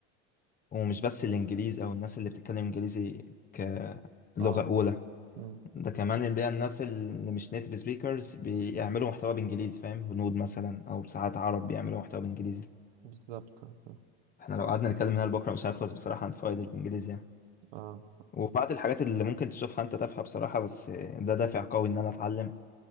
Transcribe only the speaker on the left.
ومش بس الانجليز او الناس اللي بتتكلم انجليزي كلغه
اولى
ده كمان اللي هي الناس اللي مش نيتيف سبيكرز بيعملوا محتوى بانجليزي فاهم هنود مثلا او ساعات عرب بيعملوا محتوى بانجليزي
احنا لو قعدنا نتكلم هنا لبكره مش هنخلص بصراحه عن فوائد الانجليزي يعني
وبعض الحاجات اللي ممكن تشوفها انت تافهه بصراحه بس ده دافع قوي ان انا اتعلم